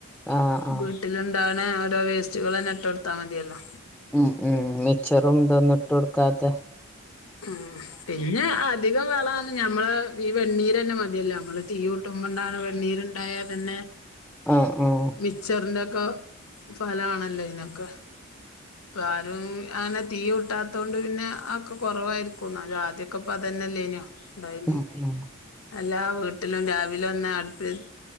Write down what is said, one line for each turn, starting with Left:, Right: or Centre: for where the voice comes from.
Centre: ആഹ് ആഹ്
Left: വീ വിട്ടിലുണ്ടാവണ ഓരോ വേസ്റ്റെകലെന്നെ ഇട്ടു കൊടുത്താൽ മതിയല്ലോ
Centre: ഉം ഉം മിസ്ച്ചറും ഇതൊന്നും ഇട്ട് കൊടുക്കാത്തെ
Left: മ്മഹ് പിന്നെ അ അധികം വളണ് മ്മള് ഈ വെണ്ണീര് തന്നെ മതിയല്ലോ നമ്മള് തീ കുട്ടുമ്പോണ്ടാണ് വെണ്ണീരുണ്ടായാൽ തന്നെ
Centre: മ്മ് മ്മ്
Left: മിസ്ച്ചറിന്റൊക്കെ ഫലാണല്ലോ ഇതിനൊക്കെ ഇപ്പൊ ആരും അങ്ങനെ തീ കൂട്ടാ തൊണ്ട് പിന്നെ അഹോക്കെ കുറവായിരിക്കും ന്നാലും ആദ്യൊക്ക ഇപ്പ അതന്നെല്ലേ ഉണ്ടായിന്
Centre: ഉം ഉം
Left: എല്ലാ വീട്ടിലും രാവിലെ ഒന്ന് അടുപ്പു